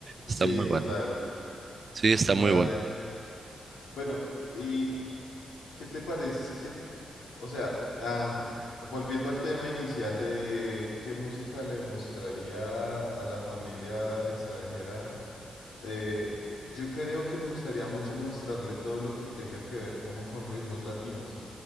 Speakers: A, on the right; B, on the left.
A: Está
B: Sí,
A: muy bueno.
B: total.
A: Sí,
B: Mm,
A: está muy
B: vale.
A: bueno.
B: Bueno, ¿y qué te parece? que o sea, ah, volviendo al tema inicial de qué música le mostraría a la familia extranjera, eh, yo creo que me gustaría mucho mostrarle todo lo que tenga que ver como con ritmos latinos.